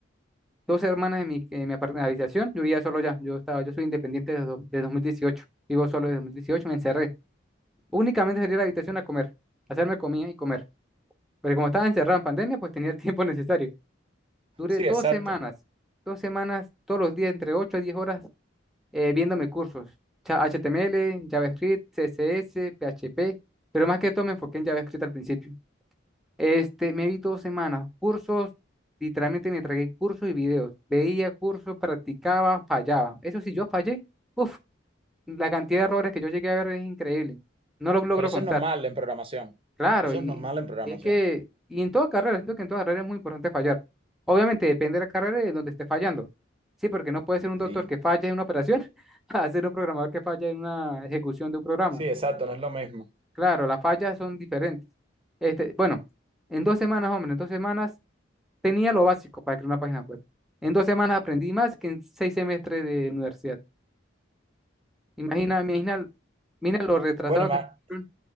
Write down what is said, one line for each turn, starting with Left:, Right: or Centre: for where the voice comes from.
Centre: Dos semanas en mi, en mi apart- en la habitación. Yo vivía solo ya. Yo estaba, yo soy independiente desde, do- desde 2018. Vivo solo desde 2018, me encerré. Únicamente salí a la habitación a comer, a hacerme comida y comer. Pero como estaba encerrado en pandemia, pues tenía el <laughs> tiempo necesario. Duré
Right: Sí,
Centre: dos
Right: exacto.
Centre: semanas, dos semanas, todos los días, entre 8 a 10 horas eh, viéndome cursos, cha- HTML, JavaScript, CSS, PHP, pero más que todo me enfoqué en JavaScript al principio. Este, me vi dos semanas, cursos, literalmente me tragué cursos y videos, veía cursos, practicaba, fallaba. Eso sí, yo fallé, uff, la cantidad de errores que yo llegué a ver es increíble, no los logro
Right: Pero eso
Centre: contar.
Right: es normal en programación.
Centre: Claro,
Right: Eso
Centre: y
Right: es normal en programación.
Centre: es que, y en toda carrera, siento que en toda carrera es muy importante fallar. Obviamente depende de la carrera y de donde esté fallando. Sí, porque no puede ser un doctor
Right: Sí.
Centre: que falle en una operación <laughs> a ser un programador que falle en una ejecución de un programa.
Right: Sí, exacto, no es lo mismo.
Centre: Claro, las fallas son diferentes. Este, bueno, en dos semanas, hombre, en dos semanas tenía lo básico para crear una página web. En dos semanas aprendí más que en seis semestres de universidad. Imagina, imagina, mira lo retrasado
Right: Bueno, ima-
Centre: que estuvieron